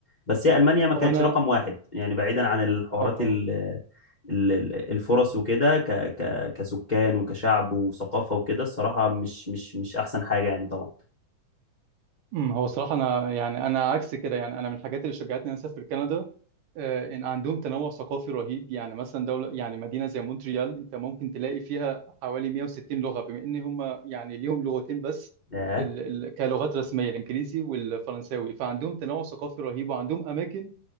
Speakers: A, on the left; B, on the right.
A: بس هي المانيا ما كانتش
B: هو انا
A: رقم واحد يعني بعيدا عن الحوارات
B: اه
A: ال...
B: آه.
A: ال- ال- الفرص وكده ك... ك... كسكان وكشعب وثقافه وكده الصراحه مش مش مش احسن حاجه يعني طبعا
B: امم هو صراحة أنا يعني أنا عكس كده يعني أنا من الحاجات اللي شجعتني إن أنا أسافر كندا آه، إن عندهم تنوع ثقافي رهيب يعني مثلا دولة يعني مدينة زي مونتريال أنت ممكن تلاقي فيها حوالي 160 لغة بما إن هم يعني ليهم لغتين بس
A: آه.
B: ال ال كلغات رسمية الإنجليزي والفرنساوي فعندهم تنوع ثقافي رهيب وعندهم أماكن